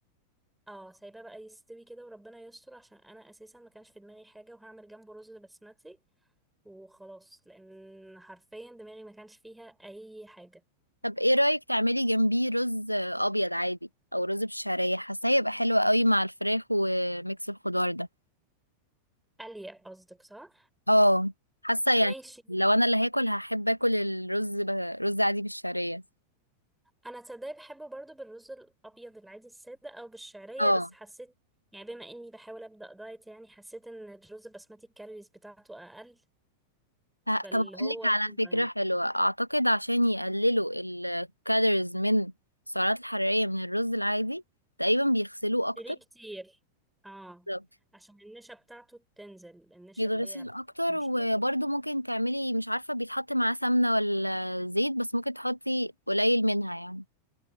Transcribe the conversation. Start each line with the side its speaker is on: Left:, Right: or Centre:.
Centre: اه سايباه بقى يستوي كده وربنا يستر عشان انا اساسا ما كانش في دماغي حاجه وهعمل جنبه رز بسمتي وخلاص لان حرفيا دماغي ما كانش فيها اي حاجه
Left: طب ايه رأيك تعملي جنبيه رز ابيض عادي او رز بالشعرية حاساه يبقى حلو قوي مع الفراخ وميكس الخضار ده
Centre: قليه قصدك صح
Left: اه حاسه يعني
Centre: ماشي
Left: لو انا اللي هاكل هحب اكل الرز ب... رز عادي بالشعريه
Centre: انا تصدقي بحبه برضو بالرز الابيض العادي الساده او بالشعريه
Left: اه
Centre: بس حسيت يعني بما اني بحاول ابدا دايت يعني حسيت ان الرز البسمتي الكالوريز بتاعته اقل
Left: ه-
Centre: فاللي
Left: طب اقول
Centre: هو
Left: لك على
Centre: يلا
Left: فكره
Centre: يعني
Left: حلوه اعتقد عشان يقللوا الكالوريز من السعرات الحراريه من الرز العادي تقريبا بيغسلوه اكتر
Centre: ليه كتير اه
Left: بالظبط.
Centre: عشان النشا بتاعته تنزل النشا
Left: يتغسل
Centre: اللي هي
Left: اكتر
Centre: مشكله
Left: وبرده ممكن تعملي مش عارفه بيتحط معاه سمنه ولا زيت بس ممكن تحطي قليل منها يعني